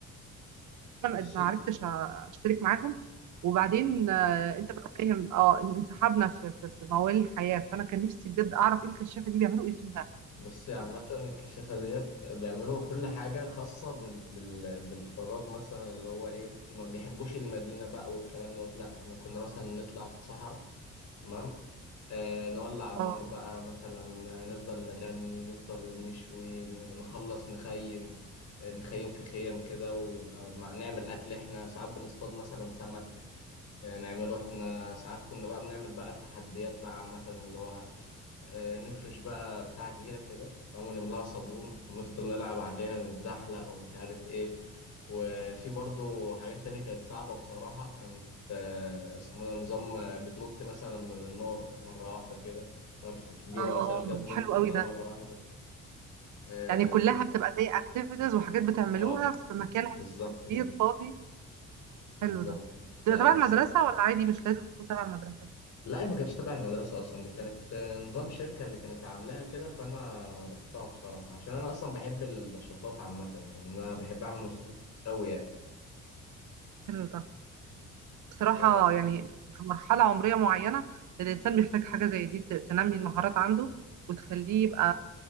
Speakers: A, on the right; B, on the left.
A: ما
B: بصي
A: ما عرفتش أ- اشترك معاهم وبعدين آه، انت بقى فاهم اه إن- انسحبنا في في في موال الحياة فانا كان نفسي بجد اعرف ايه الكشافة دي بيعملوا ايه فيها
B: بصي عامه الكشافه ديت بيعملوا كل حاجه خاصه بال... بال... بالفراغ مثلا اللي هو ايه ما بيحبوش المدينه بقى والكلام دوت لا احنا كنا مثلا نطلع في صحراء تمام آه، نولع نار
A: اه
B: بقى مثلا آه، نفضل نغني نفضل نشوي ن- نخلص نخيم آه، نخيم في خيم كده ويبقى مع نعمل أكل احنا ساعات بنصطاد مثلا سمك آه، نعمله احنا ساعات كنا بقى بنعمل بقى التحديات بقى عامة اللي هو آه، نفرش بقى بتاع كبيرة كده تمام ونملاها صابون ونفضل نلعب عليها نتزحلق ومش عارف ايه وفي برضه حاجات تانية كانت صعبة بصراحة كانت آه، اسمه ده نظام آه، بتنط مثلا من النار مرة واحدة كده نار في كبيرة
A: اه
B: مثلا كده تنط
A: حلو
B: منها
A: قوي ده
B: مرة واحدة آه
A: يعني كلها
B: كان
A: بتبقى زي اكتيفيتيز وحاجات بتعملوها
B: اه
A: في مكان
B: بالظبط
A: واحد كبير
B: كده
A: فاضي
B: بالظبط
A: حلو ده
B: كده.
A: بتبقى
B: لا
A: تبع
B: بس
A: المدرسة ولا عادي مش لازم تكون تبع المدرسة
B: لا هي ما كانتش تبع المدرسة أصلا دي كانت آه، نظام شركة اللي كانت عاملاها كده فأنا رحتها بصراحة عشان أنا أصلا بحب النشاطات عامة يعني أنا بحب أعمل نشاطات أوي يعني
A: حلو ده بصراحة
B: آه،
A: يعني في مرحلة عمرية معينة الإنسان بيحتاج حاجة زي دي ت- تنمي المهارات عنده وتخليه يبقى